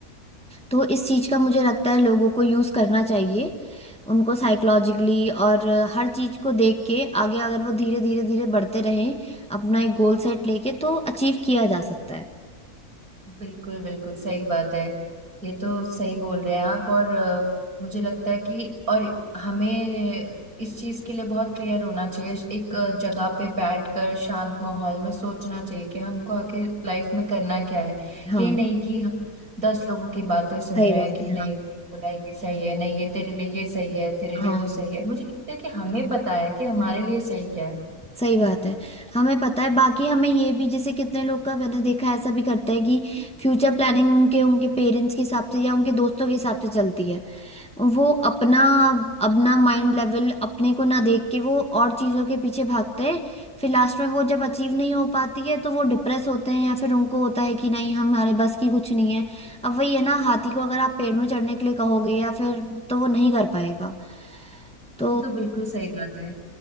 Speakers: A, in the centre; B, on the right (about 75°).
A: तो इस चीज का मुझे लगता है लोगों को यूज करना चाहिए उनको साइकोलॉजिकली और हर चीज को देख के आगे अगर वो धीरे धीरे धीरे बढ़ते रहें अपना एक गोल सेट लेके तो अचीव किया जा सकता है
B: बिल्कुल बिल्कुल सही बात है ये तो सही बोल रहे हैं आप और अ, मुझे लगता है कि और हमें इस चीज के लिए बहुत क्लियर होना चाहिए एक अ, जगह पे बैठकर शांत माहौल में सोचना चाहिए कि हमको आखिर लाइफ में करना क्या है
A: हाँ
B: ये नहीं कि हम दस लोगों की बातें सुन
A: सही
B: रहे
A: बात
B: हैं कि
A: है
B: नहीं बोला ये सही है नहीं ये तेरे लिए ये सही है तेरे
A: हाँ
B: लिए वो सही है मुझे लगता है कि हमें पता है कि हमारे लिए सही क्या है
A: सही बात है हमें पता है बाकी हमें ये भी जैसे कितने लोग का मैंने देखा है, ऐसा भी करता है कि फ्यूचर प्लानिंग उनके उनके पेरेंट्स के हिसाब से या उनके दोस्तों के हिसाब से चलती है वो अपना अपना माइंड लेवल अपने को ना देख के वो और चीजों के पीछे भागते हैं फिर लास्ट में वो जब अचीव नहीं हो पाती है तो वो डिप्रेस होते हैं या फिर उनको होता है कि नहीं हमारे बस की कुछ नहीं है अब वही है ना हाथी को अगर आप पेड़ में चढ़ने के लिए कहोगे या फिर तो वो नहीं कर पाएगा तो
B: ये तो बिल्कुल सही बात है